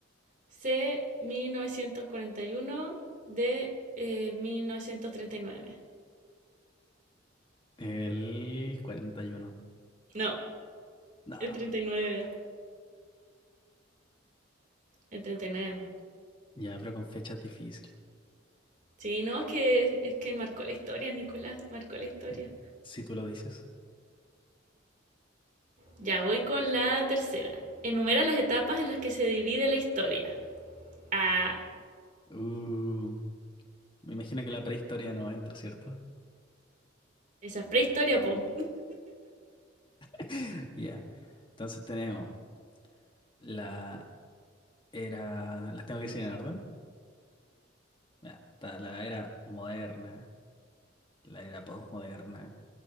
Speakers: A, on the right (about 45°); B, on the left (about 25°).
A: C, mil novecientos cuarenta y uno D, eh, mil novecientos treinta y nueve
B: El 41.
A: No,
B: No.
A: el 39, el treinta y nueve.
B: Ya, pero con fechas difícil.
A: Sí, no, es que, es que marcó la historia, Nicolás, marcó la historia.
B: Mm. Si tú lo dices.
A: Ya voy con la tercera. Enumera las etapas en las que se divide la historia. Ah,
B: Uh, me imagino que la prehistoria no entra, ¿cierto?
A: esa es prehistoria, po.
B: <laughs> Ya. Entonces tenemos. La era. Las tengo que decir en orden. Mira, está la era moderna, la era posmoderna,